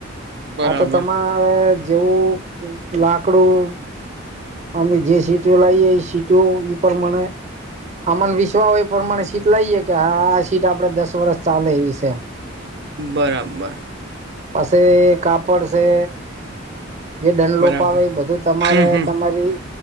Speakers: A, on the right; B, on the right.
A: બરાબર
B: આ તો તમારે જેવું લાકડું અમે જે સીટો લઈએ ઈ સીટો ઈ પણ બને. અમન વિશ્વા હો એ પ્રમાણે સીટ લઈએે કે આ સીટ આપડે દસ વર્ષ ચાલે એવી છે.
A: બરાબર.
B: પસે કાપડ છે. જે દંડ
A: બરાબર
B: લોપ આવે એ બધું તમારે
A: હમ હમ
B: તમારી